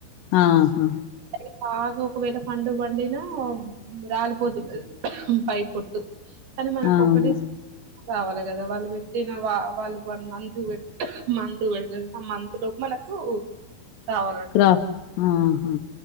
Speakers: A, on the left (about 75°); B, on the right (about 55°).
A: ఆాహా
B: అది బాగా ఒకవేళ పండుగ పండినా రాలిపోతుంది అది పై పొట్టు కానీ మనకు
A: అవునా!
B: ఒకక్కటిే రావాలి కదా వాళ్ళు పెట్టిన వా వాళ్ళు వన్ మంద్ మతు పెడుతు ఆ మంత్ లోపు మనకు రావాలండి
A: క్రాఫ్ ఆహా